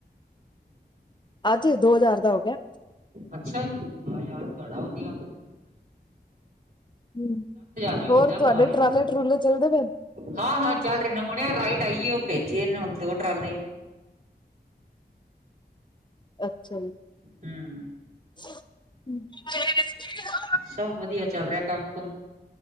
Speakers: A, on the left; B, on the right.
A: ਅੱਜ ਦੋ ਹਜ਼ਾਰ ਦਾ ਹੋ ਗਿਆ
B: ਅੱਛਾ ਜੀ ਆਹ ਯਾਰ ਤੁਹਾਡਾ ਵਧੀਆ
A: ਹਮ
B: ਰੁਪਏ ਮਹੀਨਾ
A: ਹੋਰ ਤੁਹਾਡੇ
B: ਕਮਾ ਰਹੇ
A: ਟਰਾਲੇ
B: ਹੋ
A: ਟਰੂਲੇ ਚੱਲਦੇ ਪਏ
B: ਹਾਂ-ਹਾਂ ਚੱਲ ਰਹੇ ਨੇ ਹੁਣੇ ਰਾਈਟ ਇਹੀਓ ਉਹ
A: ਨੇ
B: ਭੇਜੇ ਹੁ ਟਰਾਲੇ
A: ਅੱਛਾ ਜੀ।
B: ਹਮ।
A: <unintelligible>
B: ਸਭ ਵਧੀਆ ਚੱਲ ਰਿਹਾ ਕੰਮ ਕੁਮ